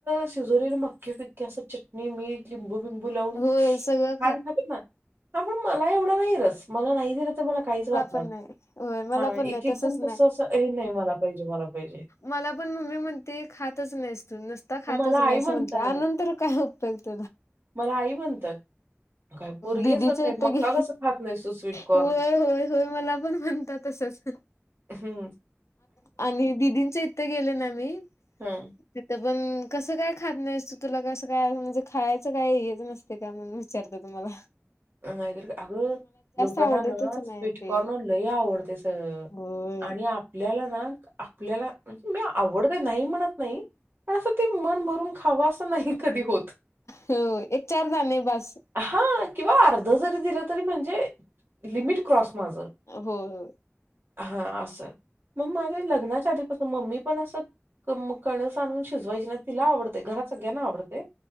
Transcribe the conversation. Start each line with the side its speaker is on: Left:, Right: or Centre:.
Right: शिजलेल म्की पिक्की असं च. मी मीठ लिंबू बिंबू लावून
Left: होय सगळं
Right: खछान खातात ना हा पण मला एवढा नाही रस. मला नाही दिलं तर मला काहीच वाटणार
Left: पण नाही होय मला
Right: हा
Left: पण नाही
Right: एक एक
Left: तसच
Right: जण कसं असं हे नाही मला पाहिजे म. जे.
Left: मला पण मम्मी म्हणते खातच नाहीसतो नसत. ता खातच
Right: मग मला
Left: नाही
Right: आई
Left: अस
Right: म्हणतात,
Left: म्हणते त्यानंतर काय उपयगत.
Right: मला आई म्हणतात. काय पोरगी
Left: दिदीच्या
Right: आहेस का काय?
Left: इथे
Right: मक्का
Left: घे.
Right: कसं खात नाहीस तू स्वीट कॉर्न?
Left: होय होय होय मला पण म्हणतात तसच
Right: हं
Left: आणि. दिदींच्या इथे गेले ना मी.
Right: हम.
Left: तिथं पण कसं काय खाात नाहीसतू तुला कसं काय म्हणजे खायचं काय हेच नसत. ते काय म्हणून विचारत तुम्हाला.
Right: अ अग. लोकांना
Left: आवडतच
Right: ना
Left: नाही
Right: स्वीटकॉर्नर
Left: ते
Right: लय आवडते स आणि.
Left: होय
Right: आपल्याला ना आपल्याला म्हणजे मी आवडते नाही म्हणत नाही. पण असं ते मन भरून खावा असं नाही कधी होत.
Left: हो एक, चार दाणे बस.
Right: हा किंवा अर्ध जरी दिलं तरी म्हणजे लिमिट क्रॉस माझं.
Left: हो हो.
Right: हा असं, मग माझ्या लग्नाच्या आधीपासून मम्मी पण असं कणस आणून शिजवायची ना तिला आवडते घरात सगळ्यांना आवडते.